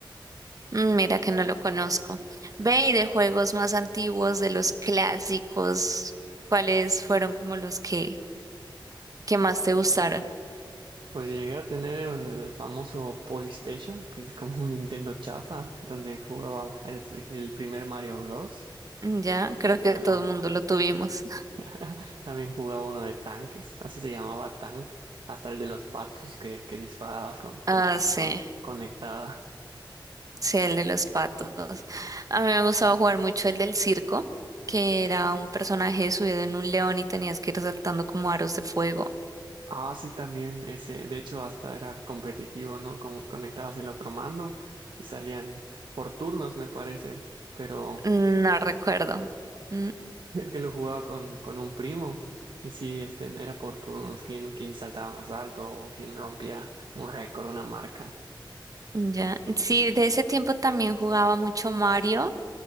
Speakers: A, on the right; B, on the right.
A: Mm, mira que no lo conozco. Ve y de juegos más antiguos, de los clásicos, ¿cuáles fueron como los que, que más te gustaron?
B: Pues llegué a tener el famoso Polystation, que es como un Nintendo chafa, donde jugaba el, pri- el primer Mario Bros.
A: Mm, Ya,
B: y
A: creo
B: Jugaba
A: que todo el mundo lo tuvimos.
B: <laughs> También jugaba uno de tanques, así se llamaba tank, hasta el de los patos que, que disparabas con, con
A: Ah,
B: la pistola
A: sí,
B: conectada.
A: sí, el de los patos. A mí me gustaba jugar mucho el del circo, que era un personaje subido en un león y tenías que ir saltando como aros de fuego.
B: Ah, sí, también ese, de hecho hasta era competitivo, ¿no? Con- conectabas el otro mando y salían por turnos, me parece, pero
A: Mm, No recuerdo. Mm,
B: <laughs> es que lo jugaba con, con un primo y sí, este, era por turnos, quién, quién saltaba más alto o quién rompía un récord, una marca.
A: Ya, sí, de ese tiempo también jugaba mucho Mario,